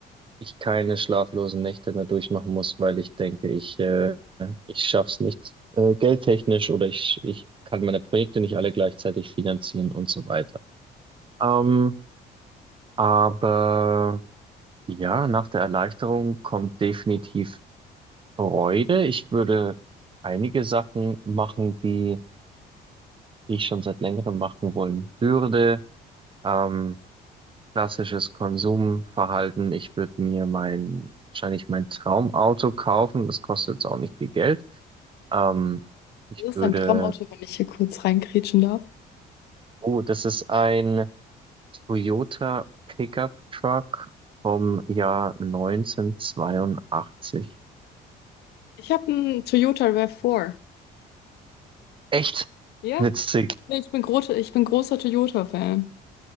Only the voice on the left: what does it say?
Was
ist dein Traumauto, wenn ich hier kurz reinkrätschen darf?
Ich habe einen Toyota RAV4.
Ja?
Nee, ich bin großer, ich bin großer Toyota-Fan.